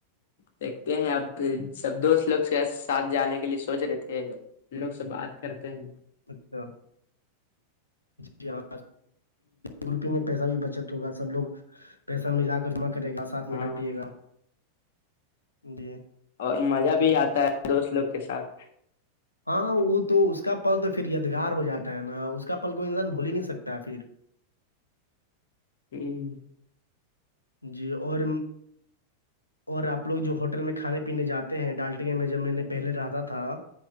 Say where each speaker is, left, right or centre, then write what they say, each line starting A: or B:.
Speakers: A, on the left; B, on the left.
A: دیکھتے ہیں اپ سب دوست لوگ ساتھ جانے کے لیے سوچ رہے تھے ان لوگ سے بات کرتے ہیں
B: اچھا جی ہاں گروپنگ میں پیسہ بھی بچت ہوگا سب لوگ پیسہ ملا کر جمع کرے گا ساتھ میں
A: ہاں
B: پیے گا جی
A: اور مزہ بھی آتا ہے دوست لوگ کے ساتھ
B: ہاں وہ تو اس کا پل تو پھر یادگار ہو جاتا ہے نا اس کا پل کوئی انسان بھول ہی نہیں سکتا ہے پھر
A: ہوں
B: جی اور اور آپ لوگ جو ہوٹل میں کھانے پینے جاتے ہیں ڈالٹگے میں جب میں نے پہلے رہتا تھا